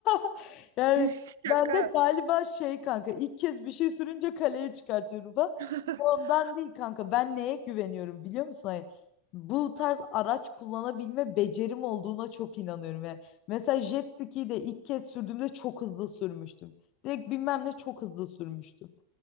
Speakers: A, on the left; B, on the right.
A: <laughs> Yani
B: <laughs>
A: ben
B: Şaka.
A: de galiba şey kanka ilk kez bir şey sürünce kaleye çıkartıyorum falan.
B: <laughs>
A: Ondan değil kanka ben neye güveniyorum biliyor musun? Hani bu tarz araç kullanabilme becerim olduğuna çok inanıyorum yani. Mesela jet ski'yi de ilk kez sürdüğümde çok hızlı sürmüştüm. Direkt bilmem ne çok hızlı sürmüştüm.